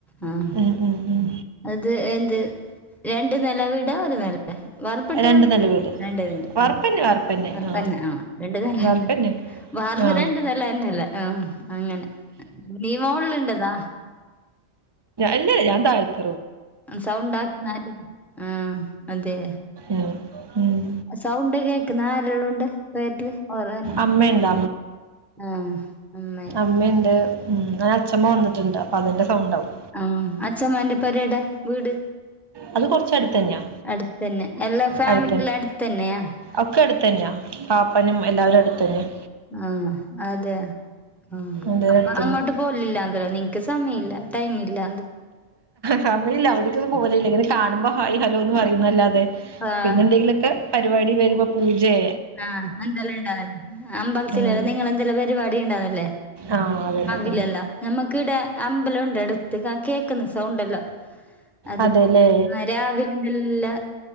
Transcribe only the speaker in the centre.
ആഹ്
അത് എന്ത് രണ്ട് നില വീടാ ഒരു നില വാർപ്പിട്ട
പോരായാ
രണ്ട് നില
വാർപ്പന്നെ
ആഹ് രണ്ട് നില
എന്നെ വാർപ്
രണ്ട് നിലയന്നല്ലേ ആ അങ്ങനെ നീ മോളിലുണ്ടതാ
സൗണ്ട് ആക്കുന്നെ ആര് ആഹ് അതെ
സൗണ്ട് കേക്കുന്ന ആരെ ഉള്ളോണ്ട് ബാക്കിൽ ഓറന്നെ
ആഹ് നന്നായി
ആ അച്ഛമാന്റെ പൊരെടെ വീട്
അടുത്തന്നെ എല്ലാ ഫാമിലിയും
അടുത്തന്നെയാ
ആഹ് അതെ ആഹ്
അപ്പൊ
അങ്ങോട്ട് പോലില്ലന്തരാ നിനക്ക് സമയം ഇല്ല ടൈം ഇല്ല
ആഹ്
ആഹ് എന്തെല്ലാം ഉണ്ടാവല്ലേ അമ്പലത്തിലല്ലേ
നിങ്ങളെന്തെല്ലോ പരിപാടി ഉണ്ടാവിന്നല്ലേ
ല്ലല്ല നമ്മക്ക് ഇടെ അമ്പലം ഇണ്ട് അടുത്ത് കേക്കുന്നു സൗണ്ടെല്ലും അത്പോലെ
ആ രാവിലെ എന്തല്ല